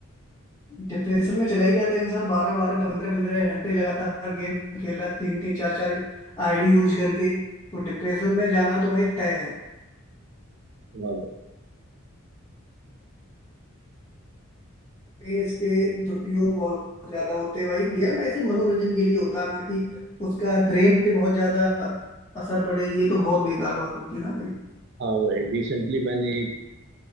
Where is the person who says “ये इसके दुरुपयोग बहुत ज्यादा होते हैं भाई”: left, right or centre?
Left